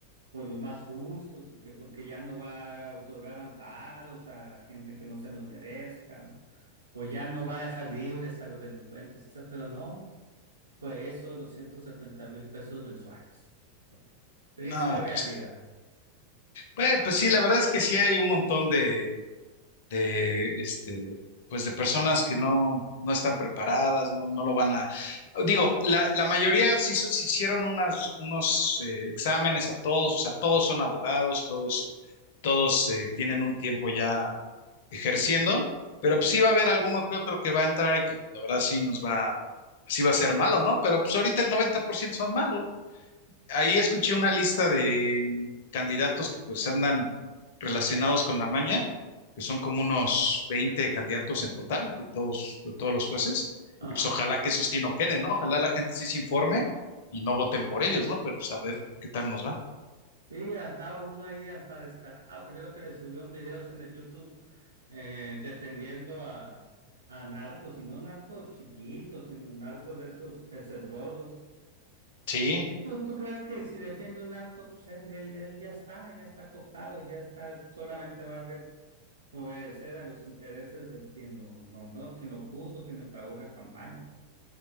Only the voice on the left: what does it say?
No,
pues, eh, pues sí, la verdad es que sí hay un montón de, de, este, pues de personas que no, no están preparadas, no, no lo van a... Digo, la, la mayoría sí, se se hicieron unas, unos eh, exámenes a todos, o sea, todos son abogados, todos, todos eh, tienen un tiempo ya ejerciendo, pero pues sí va a haber alguno que otro que va a entrar y que pues, la verdad sí nos va, sí va a ser malo, ¿no? Pero pues ahorita el 90% son malos ahí escuché una lista de candidatos que pues andan relacionados con la maña, que son como unos 20 candidatos en total de todos, de todos los jueces.
Y pues ojalá que eso sí no quede, ¿no? Ojalá la gente sí se informe y no voten por ellos, ¿no? Pero pues a ver qué tal nos va.
Sí,